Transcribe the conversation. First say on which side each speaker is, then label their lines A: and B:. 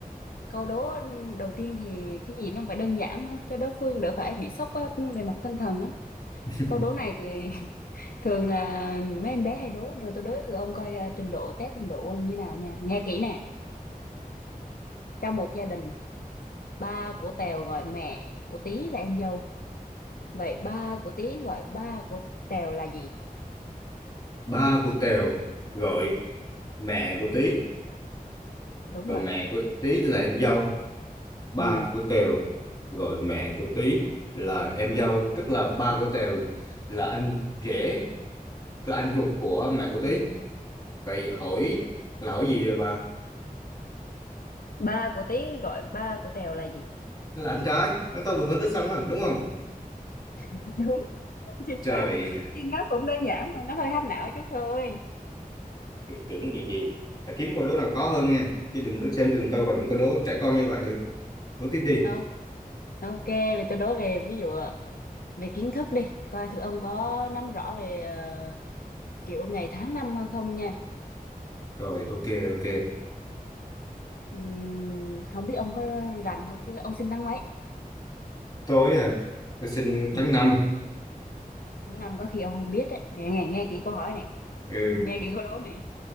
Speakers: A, on the left (about 70°); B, on the left (about 25°).
A: Câu đố ừ, đầu tiên thì cái gì nó phải đơn giản thôi cho đối phương đỡ phải bị sốc á, ừ, về mặt tinh thần á.
B: <laughs>
A: Câu đố này thì <laughs> thường là mấy em bé hay đố nhưng mà tôi đố thử ông coi ờ, trình độ test trình độ của ông như nào nha. Nghe kỹ nè. Trong một gia đình ba của Tèo gọi mẹ của Tí là em dâu vậy ba của Tí gọi ba của Tèo là gì
B: Ba của Tèo gọi mẹ của Tí,
A: đúng
B: rồi
A: rồi
B: mẹ của Tí là em dâu. Ba
A: ừ
B: của Tèo gọi mẹ của Tí là em dâu, tức là ba của Tèo là anh rể, tức là anh ruột của mẹ của Tí. Vậy hỏi là hỏi gì vậy bà?
A: ba của Tí gọi ba của Tèo là gì
B: lạnh trái anh tôi vừa phân tích xong đó đúng không
A: <laughs> đúng chính
B: trời
A: xác
B: ơi,
A: thì nó cũng đơn giản mà nó hơi hack não chút thôi
B: tưởng chuyện gì phải kiếm câu đố nào khó hơn nha chứ đừng có xem thường tôi bằng những câu đố trẻ con như vậy được đố tiếp đi
A: Ờ, ok vậy tôi đối về ví dụ về kiến thức đi coi thử ông có nắm rõ về ờ, kiểu ngày tháng năm không nha
B: rồi ok ok
A: Ừm, không biết ông có rành không chứ ông sinh tháng mấy
B: tối à tôi sinh
A: ừ,
B: tháng năm
A: tháng năm có khi ông không biết đấy nghe nghe kỹ câu hỏi này
B: ừ,
A: nghe kỹ câu đố này